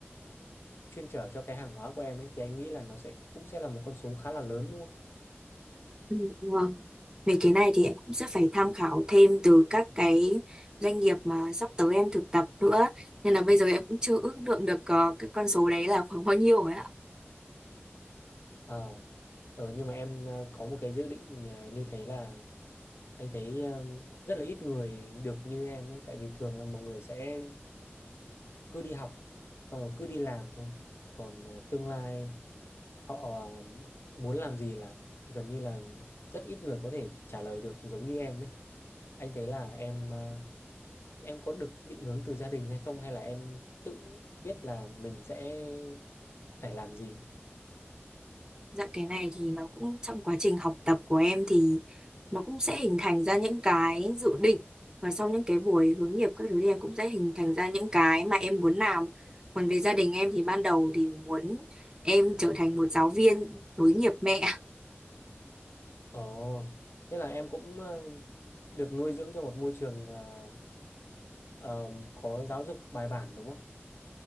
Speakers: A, on the left; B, on the right.
A: chuyên chở cho cái hàng hóa của em ấy thì anh nghĩ là nó sẽ cũng sẽ là một con số khá là lớn đúng không?
B: Ừ, vâng về cái này thì em cũng sẽ phải tham khảo thêm từ các cái doanh nghiệp mà sắp tới em thực tập nữa nên là bây giờ em cũng chưa ước lượng được ờ, cái con số đấy là khoảng bao nhiêu rồi ạ
A: Ờ, ờ nhưng mà em ờ, có một cái dự định ờ, như thế là anh thấy ờ, rất là ít người được như em ấy tại vì thường là mọi người sẽ cứ đi học xong rồi cứ đi làm thôi. Còn ờ, tương lai họ ờ, muốn làm gì là gần như là rất ít người có thể trả lời được giống như em đấy. Anh thấy là em ờ, em có được định hướng từ gia đình hay không hay là em tự biết là mình sẽ phải làm gì?
B: Dạ cái này thì nó cũng trong quá trình học tập của em thì nó cũng sẽ hình thành ra những cái dự định và sau những cái buổi hướng nghiệp các thứ thì em cũng sẽ hình thành ra những cái mà em muốn làm. Còn về gia đình em thì ban đầu thì muốn em trở thành một giáo viên nối nghiệp mẹ. <laughs>
A: Ồ, thế là em cũng ờ, được nuôi dưỡng trong một môi trường ờ, ờ, có giáo dục bài bản đúng không?